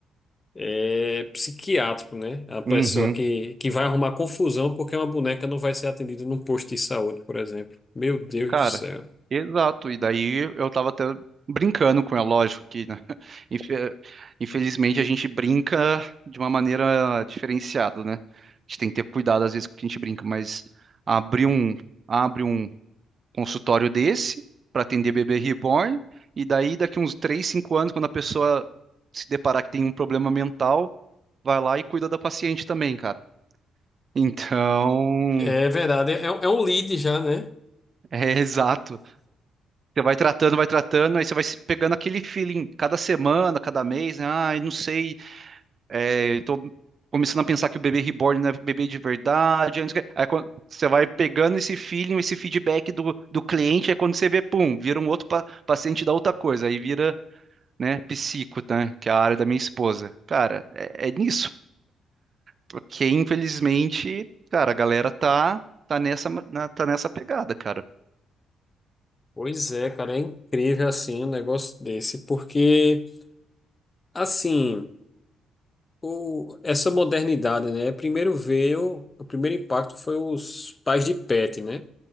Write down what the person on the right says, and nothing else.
Uhum.
Cara,
exato. E daí eu tava até brincando com ela, lógico que, né? <laughs> Infe- Infelizmente a gente brinca de uma maneira diferenciada, né? A gente tem que ter cuidado às vezes com o que a gente brinca, mas abrir um, abre um consultório desse para atender bebê reborn, e daí daqui uns 3 5 anos, quando a pessoa se deparar que tem um problema mental, vai lá e cuida da paciente também, cara. Então,
<laughs> é exato. Você vai tratando, vai tratando, aí você vai se pegando aquele feeling cada semana, cada mês, né? Ah, eu não sei, é, tô começando a pensar que o bebê reborn não é bebê de verdade. antes que- Aí quando você vai pegando esse feeling, esse feedback do, do cliente, aí quando você vê, pum, vira um outro pa- paciente da outra coisa, aí vira né? Psico, né? Que é a área da minha esposa. Cara, é, é nisso. Porque, infelizmente, cara, a galera tá, tá nessa, na- tá nessa pegada, cara.